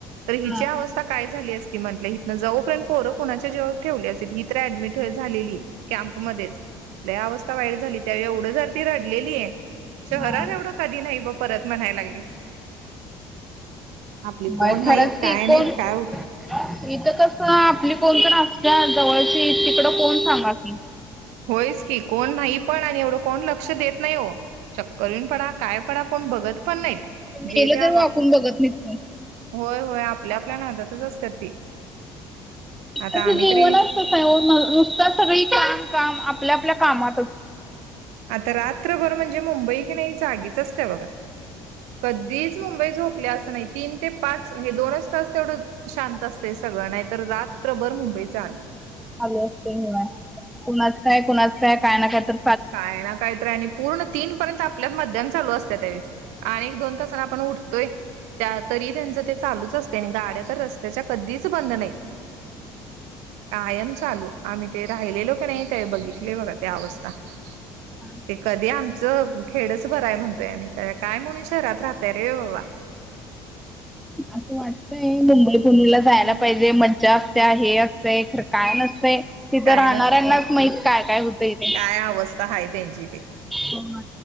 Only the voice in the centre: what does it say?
हा
हा.
म खरंच
की
कोण इतं
कसं आपली कोणतर असत्यात जवळची तिकड कोण सांगा की.
गेलं
तर
वाकून बघत नाहीत कोण.
तसं
जीवनच
तसाय ओ न् नुसतं सगळी काम काम आपल्या आपल्या कामातच.
चालू असतय व्हंय कुणाच काय कुणाच काय कायना कायतर
<inaudible>
असं वाटतंय मुंबई पुणेला जायला पाहिजे मज्जा असत्या हे असतें खर काय नसतंय. तिथं
राहणाऱ्यांनाच
माहित काय काय होतंय तेे.
ह <inaudible>